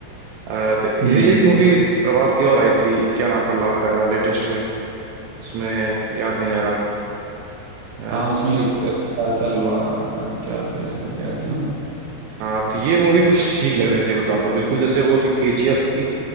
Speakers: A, on the right; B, on the right.
A: अ, तो
B: हम्म
A: यही एक मूवी प्रभास की और आई थी क्या नाम था लेटेस्ट में उसमें याद नहीं आ रहा अ,
B: हाँ
A: स-
B: उसमें एक क्या सलवा क्या तो ऐसे करके आया था ना
A: हाँ तो ये मूवी कुछ ठीक लग रही थी सही बताऊं तो बिल्कुल जैसे वो थी केजीएफ थी